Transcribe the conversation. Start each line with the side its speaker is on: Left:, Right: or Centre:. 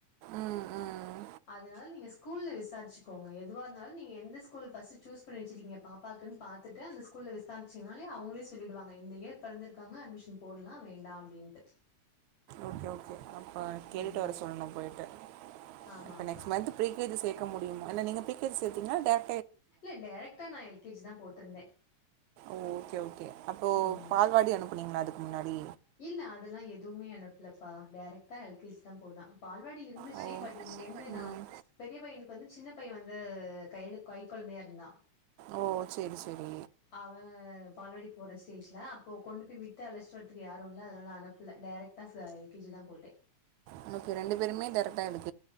Right: ம் ம்
Left: அதனால நீங்க ஸ் ஸ்கூல்ல விசாரிச்சிக்கோங்க எதுவா இருந்தாலு நீ எந்த ஸ்கூல் ஃபஸ்ட சூஸ் பண்ணி வச்சுருக்கீங்க பாப்பாக்குன் பார்த்துட்டு அந்த ஸ்கூல விசாரிச்சீங்கனாலே அவங்களே சொல்லிடுவாங்க இந்த இயர் பிறந்திருக்காங்க அட்மிஷன் போடலாம் வேண்டா அப்படின்ட்டு.
Right: ஓகே ஓகே ஆமா. ப்போ கேட்டு
Left: ம்
Right: வர சொல்லணும் போயிட்டு
Left: ஆமா
Right: இப்போ
Left: ஆமா
Right: நெக்ஸ்ட் மந்த் ப்ரீ கே ஜி சே க்க முடியும் ஏன்னா நீங்க ப்ரீகேஜி சேத்தீங்கன்னா டைர
Left: இல்ல டேரக்டா நான் எல் கே ஜி தான் போடு ன்றுந்த
Right: ஓகே ஓகே அப்போ
Left: ம்
Right: பால்வாடி அனுப்புனீங்களா அது முன்னாடி
Left: இல்ல அதெல்லா எதுவுமே அனுப்புலப்பா டேரக்டா எல் கே ஜி தான் போனா பால்வாடி இருந்திச்சி
Right: ஓ
Left: பட் இங்கிந்து நான்
Right: ம்
Left: பெரிய பையனுக் வந்து சின்ன பைய வந்து கைல கை கொழந்தையா இருந்தான்
Right: ஓ சரி சரி
Left: அவங்கே பால்வாடி போற ஸ்டேஜ்ல அப்போ கொண்டு போய் விட்டு அழச்சுட்டு வர்றதுக்கு யாரூ இல்ல அதனால அனுப்புல. டேரெக்ட்டா ச எல் கே ஜில்ல தா போட்டே
Right: ஒன்னுக்கு ரெண்டு பேருமே தர்ட்டாருக்